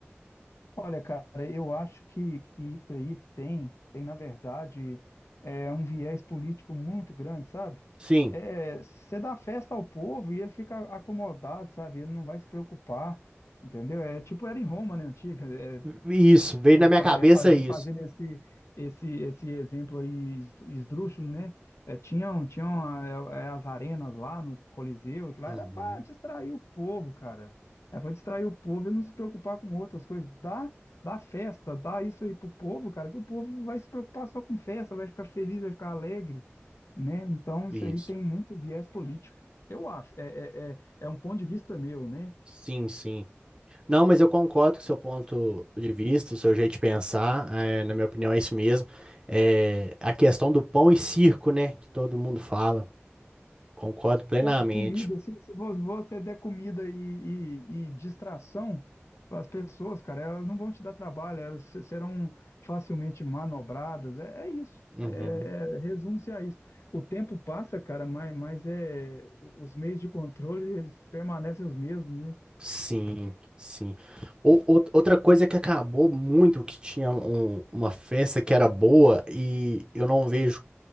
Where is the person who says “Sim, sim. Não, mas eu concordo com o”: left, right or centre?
Right